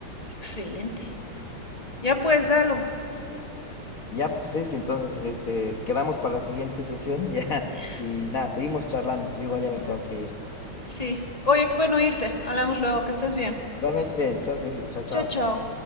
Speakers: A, on the left (about 20°); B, on the left (about 45°).
A: Excelente. Ya pues, dalo.
B: ya pues es, y entonces, este, quedamos para la siguiente sesión <laughs> ya
A: Ya.
B: y nada, seguimos charlando. Yo igual ya
A: ya.
B: me tengo que ir.
A: Sí. Oye, qué bueno irte. Hablamos luego, que estés bien.
B: Realmente, chao, Ceci, chao, chao.
A: Chao, chao.